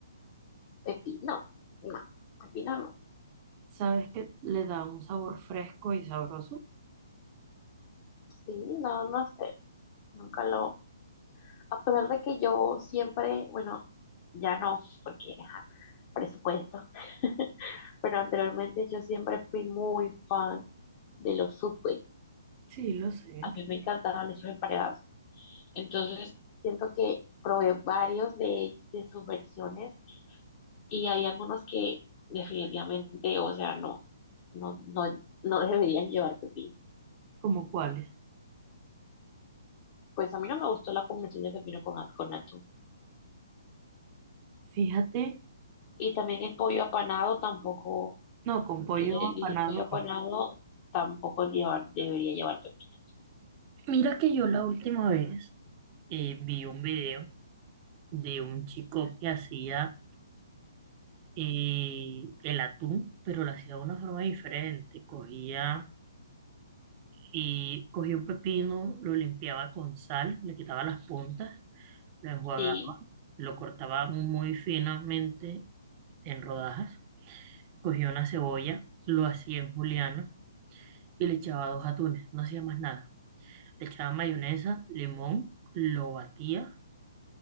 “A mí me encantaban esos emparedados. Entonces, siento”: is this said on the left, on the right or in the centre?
Left